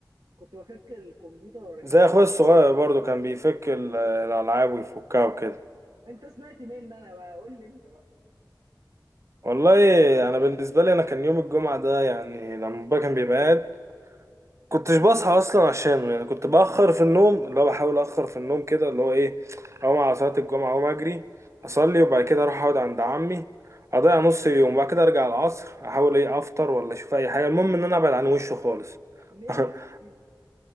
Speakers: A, on the right (about 70°); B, on the right (about 40°).
A: كنت بفك الكمبيوتر واركبه
B: زي اخويا الصغير برضو كان بيفك ال- الالعاب ويفكها وكده
A: انت سمعت مين انا بقى قول لي انت بقى
B: والله انا بالنسبه لي انا كان يوم الجمعه ده يعني لما بابا كان بيبقى قاعد كنتش بصحى اصلا عشانه يعني كنت باخر في النوم اللي هو بحاول اخر في النوم كده اللي هو ايه اقوم على صلاه الجمعه اقوم اجري اصلي وبعد كده اروح اقعد عند عمي اضيع نص اليوم بعد كده ارجع العصر احاول ايه افطر ولا اشوف اي حاجه المهم ان انا ابعد عن وشه خالص
A: ليه
B: <laughs>
A: بس كده